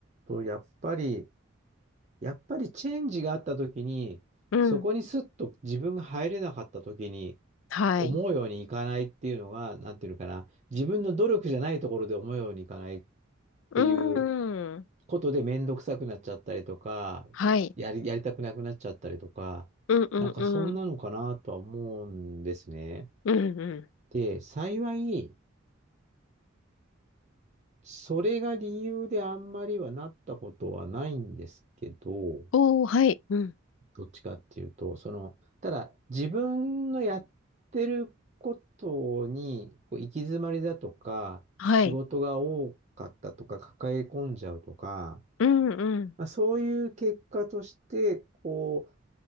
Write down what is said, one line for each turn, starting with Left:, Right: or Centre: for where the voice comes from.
Right: とやっぱり、やっぱりチェンジがあった時に、
Left: うん。
Right: そこにスッと自分が入れなかった時に、
Left: はい。
Right: 思うようにいかないっていうのが、なんていうのかな、自分の努力じゃないところで思うようにいかないっ
Left: うーん。
Right: ていうことで面倒くさくなっちゃったりとか、
Left: はい。
Right: やり、やりたくなくなっちゃったりとか、
Left: うんうんうん。
Right: なんかそんなのかなとは思うんですね。
Left: うんうん
Right: で、幸い、それが理由であんまりはなったことはないんですけど、
Left: おー、はい。うん。
Right: どっちかっていうと、その、ただ自分のやってることにこう行き詰まりだとか、
Left: はい。
Right: 仕事が多かったとか、抱え込んじゃうとか、
Left: うん、うん、
Right: まあ、そういう結果として、こ